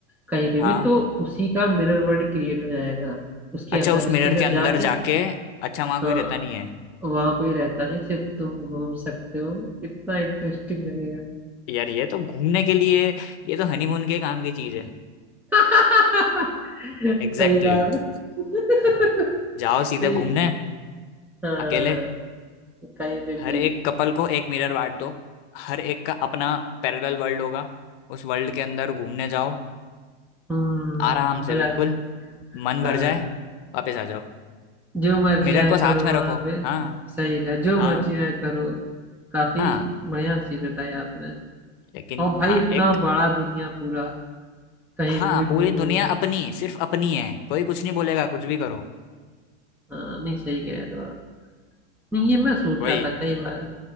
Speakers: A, in the centre; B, on the left.
A: कहीं पे
B: हाँ
A: भी तो उसी का मिरर वर्ल्ड क्रिएट हो जाएगा उसके
B: अच्छा
A: अंदर
B: उस
A: उसके
B: मिरर
A: अंदर
B: के अंदर
A: जाके
B: जाके अच्छा वहां कोई
A: हाँ
B: रहता नहीं है
A: वहां कोई रहता नहीं सिर्फ तुम घूम सकते हो कितना इंटरेस्टिंग लगेगा
B: यार ये तो घूमने के लिए ये तो हनीमून के काम की चीज है
A: <laughs>
B: Exactly
A: सही कहा
B: exactly.
A: <laughs>
B: जाओ सीधे
A: सही
B: घूमने
A: हाँ
B: अकेले
A: कहीं पे
B: हर
A: भी
B: एक कपल को एक मिरर बांट दो हर एक का अपना पैरेलल वर्ल्ड होगा उस वर्ल्ड के अंदर घूमने जाओ
A: हम्म
B: आराम से
A: मजा
B: बिल्कुल
A: आ जाता
B: मन भर
A: है।
B: जाए
A: हाँ,
B: वापस आ जाओ
A: जो मर्जी
B: मिरर
A: आए
B: को साथ
A: करो
B: में
A: वहां
B: रखो
A: पे
B: हाँ
A: सही कहा जो
B: हाँ
A: मर्जी आए करो काफी
B: हाँ
A: बढ़िया चीज बताई आपने
B: लेकिन
A: और भाई
B: हाँ
A: इतना
B: एक
A: बड़ा दुनिया पूरा कहीं
B: हाँ
A: पे भी
B: पूरी
A: घूमो
B: दुनिया अपनी सिर्फ अपनी है कोई कुछ नहीं बोलेगा कुछ भी करो
A: हाँ नहीं सही कह रहे हो आप नहीं ये मैं सोचा
B: वही
A: था कई बार